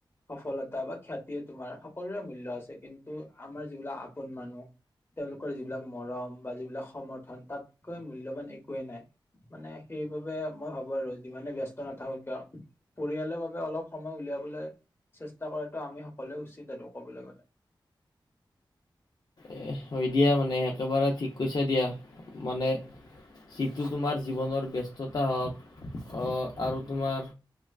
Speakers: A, on the left; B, on the left.
A: সফলতা বা খ্যাতিয়ে তোমাৰ সকলোৰে মূল্য আছে কি কিন্তু আমাৰ যিবিলাক আপোন মানুহ তেওঁলোকৰ যিবিলাক মৰম বা যিবিলাক সমৰ্থন তাতকৈ মূল্যবান একোৱেই নাই। মানে সে সেইবাবে মই ভাবো আৰু যিমানে ব্যস্ত নাথাকো কিয় পৰিয়ালৰ বাবে অলপ সময় উলিয়াবলে চেষ্টা কৰাটো আমি সকলোৱে উচিত আৰু ক'বলে গ'লে।
B: এ হৈ দিয়া মানে একেবাৰে ঠিক কৈছা দিয়া মানে যিটো তোমাৰ জীৱনৰ ব্যস্ততা হওঁক অহ আৰু তোমাৰ